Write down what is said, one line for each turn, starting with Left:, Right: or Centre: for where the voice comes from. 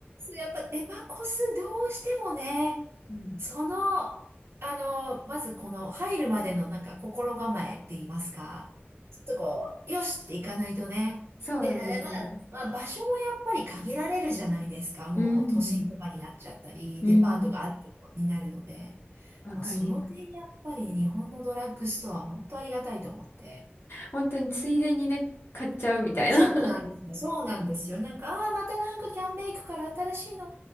Right: やっぱデパコスどうしてもね、
Left: うん。
Right: その、あの、まずこの入るまでのなんか心構えって言いますか、ちょっとこう、よしっていかないとね。
Left: そうなんです、
Right: で、
Left: そうなんです。
Right: まあ、まあ場所もやっぱり限られるじゃないですか。もう都心とかになっちゃったり、
Left: うん。うん。
Right: デパートがあるとこになるので、
Left: わかります。
Right: もうその点やっぱりね日本のドラッグストア本当ありがたいと思って。
Left: 本当についでにね、買っちゃうみたいな。
Right: そうなんですね。
Left: <laughs>
Right: そうなんですよ。なんか、ああ、またなんかキャンメイクから新しいの